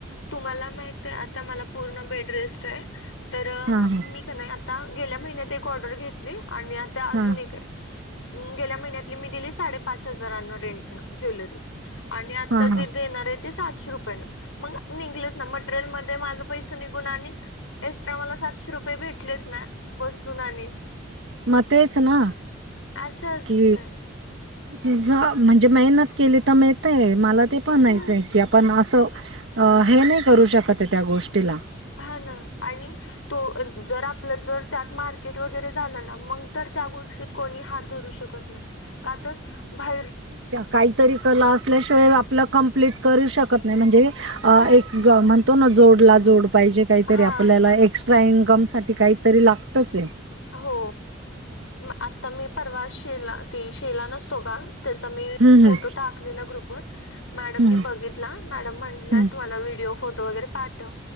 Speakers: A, on the left (about 85°); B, on the right (about 65°).
A: तुम्हाला माहित ते आता मला पूर्ण बेड रेस्ट ये तर
B: हा हा
A: मी त नाय आता गेल्या महिन्यात एक ऑर्डर घेतली आणि आता अजून
B: हा
A: एक हाय. अं गेल्या महिन्यातली मी दिली साडेपाच हजारांन रेंटनं ज्वेलरी आणि आता
B: हा
A: जे
B: हा
A: देणारे ते सातशे रुपये मंग निगंलच ना मटेरियल मध्ये माझं पैस निघून आणिकं एक्स्ट्रा मला सातशे रुपये भेटलेच ना बसून आणि
B: म तेच ना
A: असं असतंय
B: की ग म्हणजे मेहनत केली तर मिळतय मला ते पणायचंय
A: हो
B: की आप पण असं हे नाय करू शकतये त्या गोष्टीला
A: हा ना आणि तो जर आपलं जर त्यात मार्केट वगैरे झालं ना मंग तर त्या गोष्टीत कोणी हात धरू शकत नाय का तर बाहेर
B: त्या काहीतरी कला असल्याशिवाय आपला कम्प्लीट करू शकत नाय म्हणजे अ
A: हो
B: एक ग मन. पुन्हा जोडला जोड पाहिजे काहीतरी
A: हा
B: आपल्याला
A: ना
B: एक्स्ट्रा इन्कम साठी काहीतरी लागतच आहे.
A: हो म आता मी परवा शेला ती शेला नसतो का. त्याचा मी
B: हम्म
A: फोटो
B: हम्म
A: टाकलेला ग्रुप व मॅडमनी
B: हम्म
A: बघित ल मॅडम म्हटलं
B: हम्म
A: तुमला्हडडीओ फोटो वगैरे पाठव.